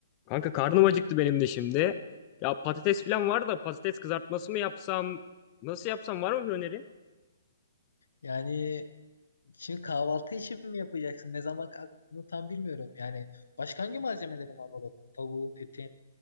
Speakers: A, on the left; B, on the left.
A: Kanka karnım acıktı benim de şimdi. Ya patates falan var da patates kızartması mı yapsam? Nasıl yapsam var mı bir öneri?
B: Yani şimdi kahvaltı için mi yapacaksın? Ne zaman kalktığını tam bilmiyorum. Yani başka hangi malzemelerin var burada? Tavuğun, etin